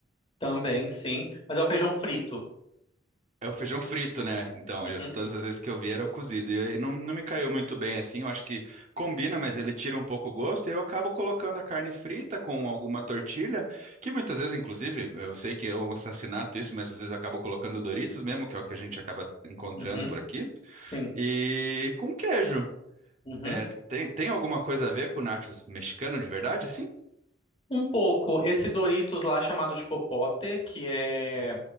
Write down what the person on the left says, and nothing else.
também, sim. Mas é o feijão frito.
Uhum,
uhum,
sim.
Uhum.
Um pouco, esse Doritos lá chamado de popote, que é